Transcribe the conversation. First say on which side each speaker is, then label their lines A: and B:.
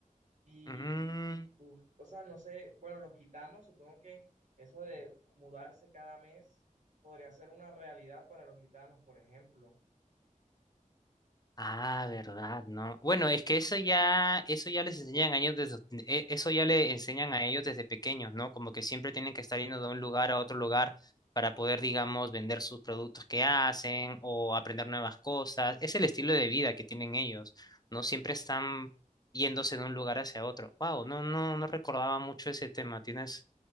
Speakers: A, on the right; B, on the left.
A: Y,
B: Mm,
A: uf, o sea, no sé, bueno, los gitanos, supongo que eso de mudarse cada mes podría ser una realidad para los gitanos, por ejemplo.
B: Ah, verdad, ¿no? Bueno, es que eso ya, eso ya les enseñan a ellos desde, e- eso ya le enseñan a ellos desde pequeños, ¿no? Como que siempre tienen que estar yendo de un lugar a otro lugar para poder, digamos, vender sus productos que hacen o aprender nuevas cosas. Es el estilo de vida que tienen ellos, ¿no? Siempre están yéndose de un lugar hacia otro. Wow, no, no, no recordaba mucho ese tema. Tienes,